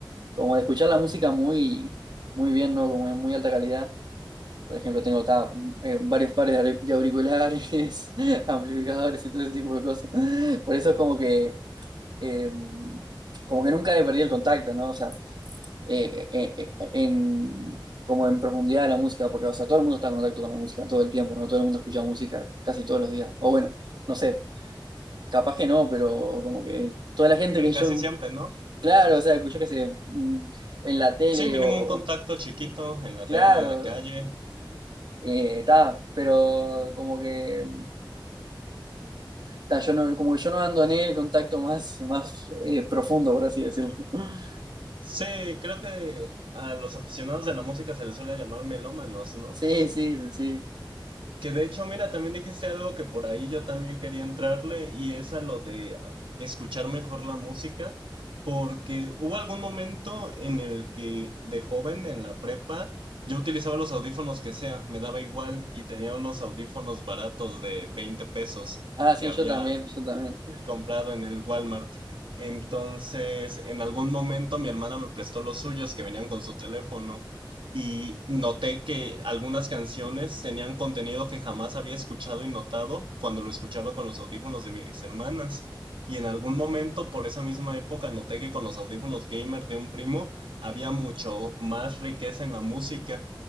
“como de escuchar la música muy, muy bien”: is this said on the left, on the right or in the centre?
Right